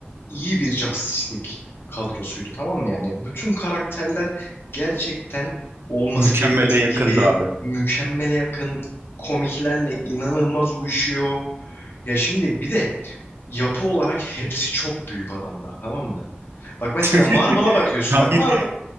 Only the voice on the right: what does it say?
Mükemmele
yakındı
abi.
<laughs>
Tam
bir